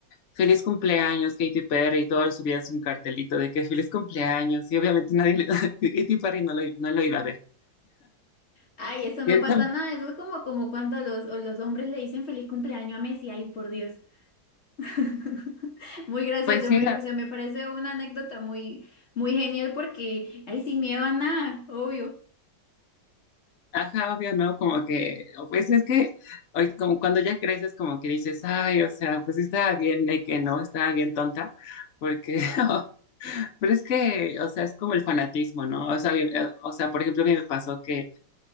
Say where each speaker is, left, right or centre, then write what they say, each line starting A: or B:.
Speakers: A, on the left (about 75°); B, on the left (about 35°).
A: feliz cumpleaños, Katy Perry, y todos subías un cartelito de que feliz cumpleaños, y obviamente nadie, le- <laughs> Katy Perry no lo, no lo iba a ver.
B: Ay, eso
A: Y
B: no
A: ahorita,
B: pasa nada, eso es como, como cuando los, los hombres le dicen feliz cumpleaños a Messi, ay, por Dios. <laughs> Muy gracioso,
A: pues sí,
B: muy gracioso. Me parece una anécdota muy, muy genial porque, ay, sin miedo a nada, obvio.
A: Ajá, obvio, ¿no? Como que, o pues es que hoy, como cuando ya creces, como que dices, ay, o sea, pues sí estaba bien, de que no, estaba bien tonta, porque, <laughs> pero es que, o sea, es como el fanatismo, ¿no? O sea, bien, eh, o sea, por ejemplo, a mí me pasó que,